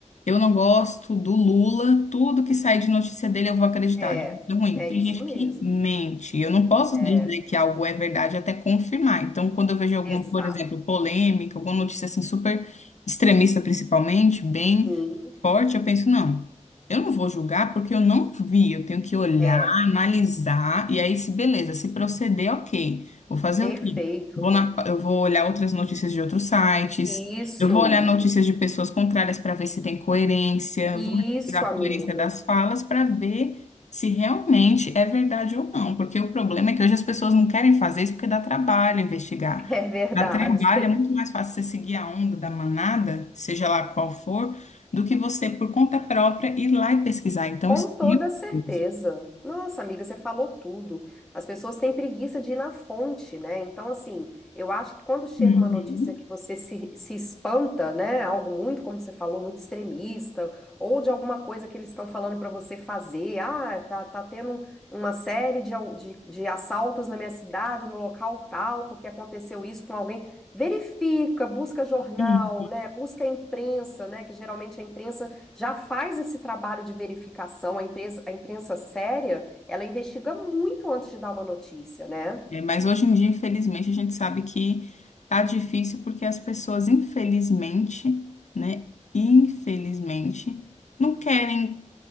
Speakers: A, on the left; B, in the centre.
A: eu não gosto do Lula, tudo que sai de notícia dele eu vou acreditar.
B: É,
A: É ruim.
B: é
A: Tem
B: isso
A: gente
B: mesmo.
A: que mente. Eu não posso
B: É,
A: dizer que algo é verdade até confirmar. Então, quando eu vejo alguma,
B: exato.
A: por exemplo, polêmica, alguma notícia assim super extremista, principalmente, bem
B: Sim,
A: forte, eu penso, não, eu não vou julgar porque eu não vi, eu tenho que olhar,
B: é,
A: analisar, e aí se beleza, se proceder, ok. Vou fazer
B: perfeito.
A: o quê? Vou na, eu vou olhar outras notícias de outros sites,
B: Isso,
A: eu vou olhar notícias de pessoas contrárias para ver se tem coerência,
B: isso,
A: vou analisar
B: amigo.
A: a coerência das falas
B: <laughs>
A: para ver se realmente é verdade ou não, porque o problema é que hoje as pessoas não querem fazer isso porque dá trabalho investigar.
B: É verdade.
A: Dá trabalho, é muito mais fácil você seguir a onda da manada, seja lá qual for, do que você, por conta própria, ir lá e pesquisar. Então,
B: Com
A: isso. é
B: toda
A: mil
B: certeza.
A: por cento.
B: Nossa, amiga, você falou tudo. As pessoas têm preguiça de ir na fonte, né? Então, assim, eu acho que quando chega
A: Uhum.
B: uma notícia que você se, se espanta, né? Algo muito, como você falou, muito extremista, ou de alguma coisa que eles estão falando para você fazer. Ah, tá, tá tendo uma série de, au- de, de assaltos na minha cidade, no local tal, porque aconteceu isso com alguém. Verifica, busca jornal,
A: Uhum.
B: né? Busca a imprensa, né? Que geralmente a imprensa já faz esse trabalho de verificação. A empresa, a imprensa séria, ela investiga muito antes de dar uma notícia, né?
A: É, mas hoje em dia, infelizmente, a gente sabe que tá difícil porque as pessoas, infelizmente, né, infelizmente, não querem,